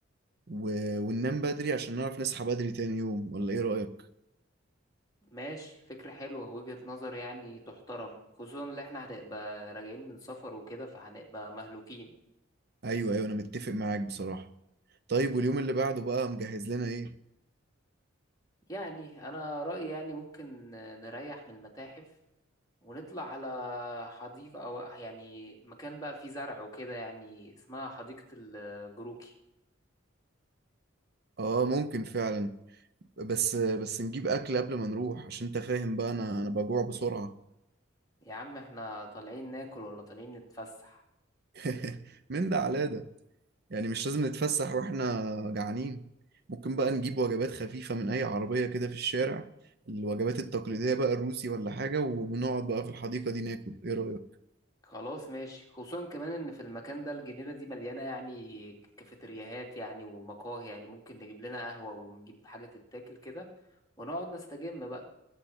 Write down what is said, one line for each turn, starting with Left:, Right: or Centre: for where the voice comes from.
Right: و... وننام بدري عشان نعرف نصحى بدري تاني يوم ولا ايه رأيك
Left: ماشي فكرة حلوة وجهة نظر يعني تحترم خصوصا ان احنا هنبقى راجعين من سفر وكده فهنبقى مهلوكين
Right: ايوه ايوه انا متفق معاك بصراحة طيب واليوم اللي بعده بقى مجهز لنا ايه
Left: يعني انا رأيي يعني ممكن نريح من المتاحف ونطلع على حديقة او يعني مكان بقى فيه زرع وكده يعني اسمها حديقة الجروكي
Right: اه ممكن فعلا بس بس نجيب اكل قبل ما نروح عشان انت فاهم بقى انا انا بجوع بسرعة
Left: يا عم احنا طالعين ناكل ولا طالعين نتفسح
Right: <laughs> من ده على ده يعني مش لازم نتفسح واحنا جعانين ممكن بقى نجيب وجبات خفيفة من أي عربية كده في الشارع الوجبات التقليدية بقى الروسي ولا حاجة ونقعد بقى في الحديقة دي ناكل إيه رأيك؟
Left: خلاص ماشي خصوصا كمان ان في المكان ده الجنينة دي مليانة يعني كافيترياهات يعني ومقاهي يعني ممكن نجيب لنا قهوة ونجيب حاجة تتاكل كده ونقعد نستجم بقى